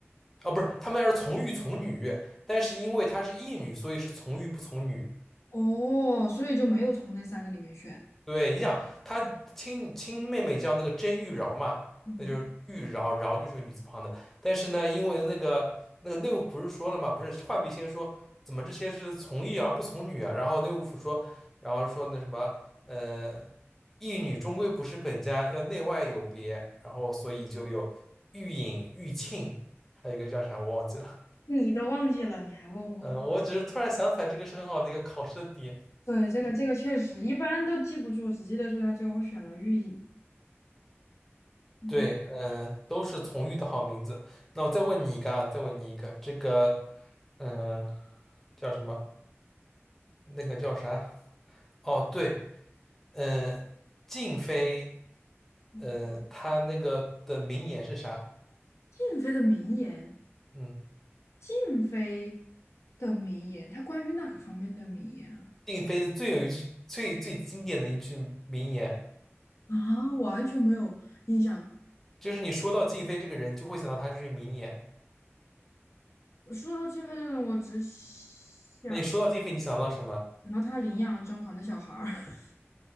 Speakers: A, in the centre; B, on the left.
A: 啊，不是他们家是从玉从女，但是因为她是义女，所以是从玉不从女。
B: 哦，所以就没有从那三个里面选。
A: 对，你想她亲亲妹妹叫那个甄玉娆嘛，
B: 嗯，
A: 那就是玉娆，娆就是女字旁的。但是呢，因为那个那个内务府不是说了嘛，不是浣碧先说怎么这些是从义而不从女啊？然后内务府说，然后说那什么，呃，义女终归不是本家，要内外有别。然后所以就有玉隐、玉罄，还有一个叫啥我忘记了。
B: 你都忘记了，你还问我呢？
A: 嗯，我只是突然想起来，这个是很好的一个考试的点。
B: 对，这个这个确实一般都记不住，只记得住他最后选了玉隐。嗯
A: 对，嗯、都是从玉的好名字。那我再问你一个啊，再问你一个，这个，嗯、叫什么？那个叫啥？哦，对，嗯、静妃，
B: 嗯，
A: 嗯、她那个的名言是啥？
B: 静妃的名言，
A: 嗯，
B: 静妃的名言，它关于哪方面的名言啊？
A: 静妃的最有一句最最经典的一句名言，
B: 啊，完全没有印象。
A: 就是你说到静妃这个人，就会想到她这句名言。
B: 我说到金飞这个人我只想，
A: 那你说到静妃，你想到了什么？
B: 然后他领养了甄嬛的小孩儿，<laughs>